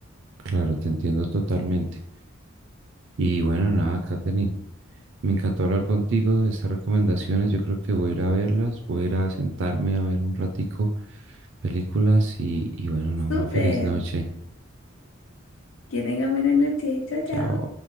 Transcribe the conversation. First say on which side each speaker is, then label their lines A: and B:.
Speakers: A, on the right; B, on the left.
A: claro, te entiendo totalmente. Y bueno, nada, Katherine, me encantó hablar contigo de estas recomendaciones. Yo creo que voy a ir a verlas, voy a ir a sentarme a ver un ratico películas y, y bueno, nada,
B: Súper,
A: una feliz noche.
B: que tengas buena noche. Chao,
A: Chao.
B: chao.